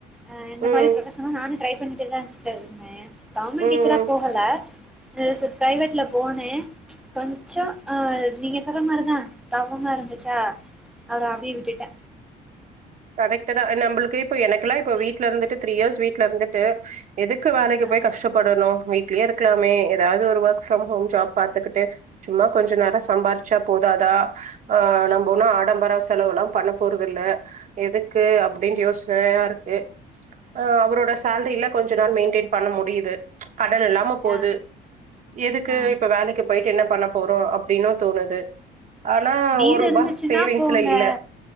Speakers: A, in the centre; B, on the right.
A: அ இந்த
B: ம்.
A: மாரி ப்ரொஃபஷன்லா நானு ட்ரை பண்ணிட்டு தா ஸ்டர் இருந்தே கவுர்மெண்ட்
B: ம்.
A: டீச்சரா போகல <unintelligible> பிரைவேட்ல போனே கொஞ்சொ அ நீங்க சொல்ற மாரிதா தவமா இருந்துச்சா அத அப்டியே விட்டுட்டே
B: கரெக்டுதா நம்பளுக்கு இப்ப எனக்குல்லா இப்ப வீட்ல இருந்துட்டு த்ரீ இயர்ஸ் வீட்ல இருந்துட்டு எதுக்கு வேலக்கி
A: ஆ
B: போய் கஷ்டப்படணு வீட்லயே இருக்கலாமே எதாவ்து ஒரு ஒர்க் ஃப்ரம் ஹோம் ஜாப் பாத்துக்கிட்டு சும்மா கொஞ்சொ நேரொ சம்பாறிச்சா போதாதா ஆ நம்ப ஒன்னு ஆடம்பர செலவுல்லா பண்ண போறதுல்ல எதுக்கு அப்டின் யோசனயா இருக்கு அ அவரோட சேல்ரில கொஞ்ச நாள் மெயின்டெய்ன் பண்ண முடியிது கடன் எல்லா ம்மா போது
A: ஆ
B: எதுக்கு
A: ஆ ஆ
B: இப்ப வேலக்கி போயிட்டு என்ன பண்ண போறோ அப்டின்னு தோணுது ஆனா
A: நீடு
B: ஒருபா
A: இருந்துச்சுன்னா
B: சேவிங்ஸ்ல
A: போங்க
B: இல்ல